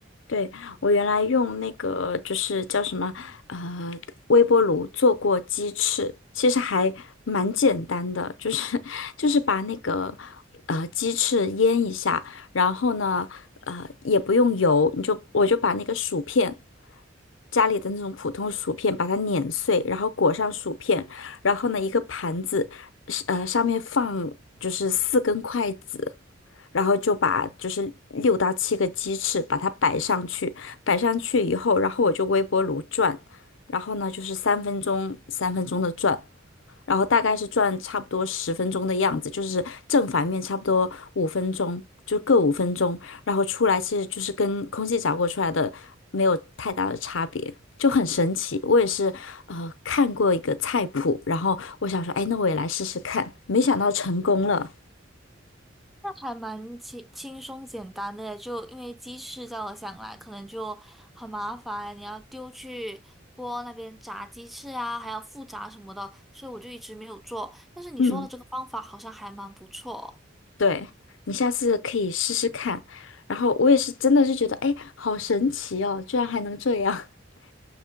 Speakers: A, on the left; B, in the centre.
A: 对，我原来用那个就是叫什么呃微波炉做过鸡翅，其实还蛮简单的，就是 <laughs> 就是把那个呃鸡翅腌一下，然后呢呃也不用油，你就我就把那个薯片家里的那种普通薯片把它碾碎，然后裹上薯片，然后呢一个盘子是呃上面放就是四根筷子，然后就把就是六到七个鸡翅把它摆上去，摆上去以后，然后我就微波炉转，然后呢就是三分钟三分钟的转，然后大概是转差不多十分钟的样子，就是正反面差不多五分钟，就各五分钟，然后出来其实就是跟空气炸锅出来的没有太大的差别。就很神奇，我也是，呃，看过一个菜谱，然后我想说，哎，那我也来试试看，没想到成功了。
B: 还蛮轻轻松简单的，就因为鸡翅在我想来可能就很麻烦，你要丢去锅那边炸鸡翅啊，还要复炸什么的，所以我就一直没有做。但是你说的这个方法好像还蛮不错。
A: 嗯。对，你下次可以试试看。然后我也是真的是觉得，哎，好神奇哦，居然还能这样。<laughs>